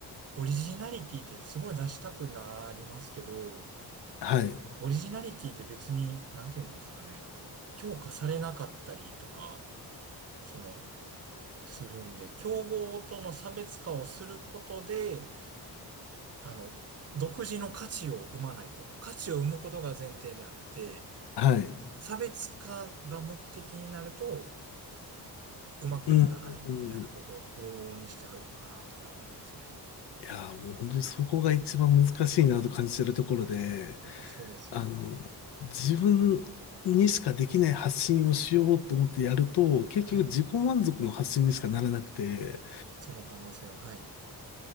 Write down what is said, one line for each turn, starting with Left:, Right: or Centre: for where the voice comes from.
Right: オリジナリティってすごい出したくなりますけど、
Left: はい。
Right: オリジナリティって別に、なんて言うんですかね、評価されなかったりとか、その、するんで、競合との差別化をすることで、あの、独自の価値を生まないと、価値を生むことが前提であって、
Left: はい。
Right: 差別化が目的になると、うまくいかないみたいなことは往々にしてあるのかなっていうのは思いますね。
Left: うーん。いやー、もう本当にそこが一番難しいなと感じてるところで、
Right: やっぱそうですよね。
Left: あの、自分にしかできない発信をしようと思ってやると、結局自己満足の発信にしかならなくて、
Right: はい。その可能性は、はい。